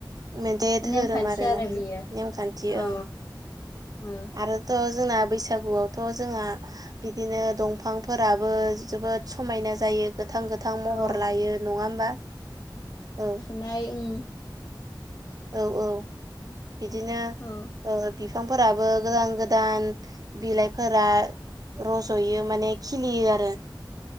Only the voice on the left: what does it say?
नेमखान्थि
आरो
बेयो
औ
औ
औ
नाय उम
औ